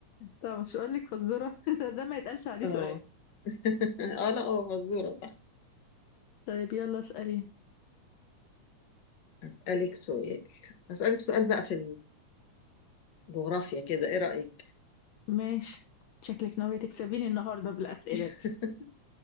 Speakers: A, on the left; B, on the left.
A: طب مش هقول لك فزورة <laughs> ده ما يتقالش عليه
B: اه
A: سؤال
B: <laughs> اه لا هو مزورة صح
A: طيب يلا اسأليني
B: اسألك سؤال اسألك سؤال بقى في الجغرافيا كده ايه رأيك
A: ماشي شكلك ناوية تكسبيني النهاردة بالأسئلة
B: <laughs>
A: دي